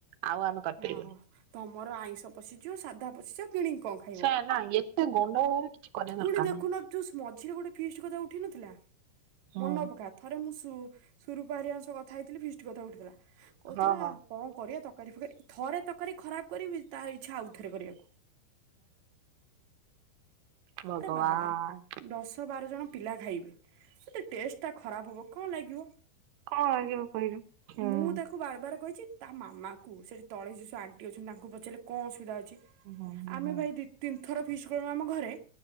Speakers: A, on the right (about 80°); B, on the right (about 55°).
A: ଆଉ ଆମେ କରିପାରିବୁନି
B: ହଁ ତମର ଆଇଁଷ ପଶିଯିବ ସାଧା ପଶିଯିବ। କିଣିକି କଣ ଖାଇବ।
A: ସେ ନା ଏତେ। ଗଣ୍ଡଗୋଳରେ କିଛି କରିବା
B: ପୁଣି
A: ଦରକାର
B: ଦେଖୁନ
A: ନାହିଁ।
B: ତୁ ମଝିରେ ଗୋଟେ ଫିଷ୍ଟ କଥା ଉଠେଇ ନଥିଲା।
A: ହୁଁ।
B: ମନ ପକା ଥରେ ମୁଁ ସ ସୁ ସରୁପା ହରିିଆ ଙ୍କ ସହ କଥା ହେଇଥିଲି ଫିଷ୍ଟ କଥା ଉଠିଥିଲା କହୁଥିଲା
A: ହଁ ହଁ
B: କଣ କରିବା ତକାରୀ ଫକାରୀ। ଥରେ ତକାରୀ ଖରାପ କରିବି ତାର ଇଛା ଆଉଥରେ କରିବାକୁ।
A: ଭଗବାନ
B: ଆରେ ବା ବାର ଦଶ ବାର ଜଣ। ପିଲା ଖାଇବେ। ଯଦି ଟେଷ୍ଟ ଟା ଖରାପ ହବ କଣ ଲାଗିବ?
A: କଣ ଲାଗିବ କହିଲୁ। ହୁଁ
B: ମୁଁ ତାକୁ ବାରବାର କହିଚି ତା ମାମାଙ୍କୁ ସେଠି ତଳେ ଯେ ସେ ଆଣ୍ଟି ଅଛନ୍ତି ତାଙ୍କୁ ପଚାରିଲେ କ ଅସୁବିଧା ଅ ଛି,
A: ହୁଁ ହୁଁ
B: ଆମେ
A: ହୁଁ।
B: ପା ଏଇ ଦି ତିନ ଥର ଫିଷ୍ କଲୁ ଆମ ଘରେ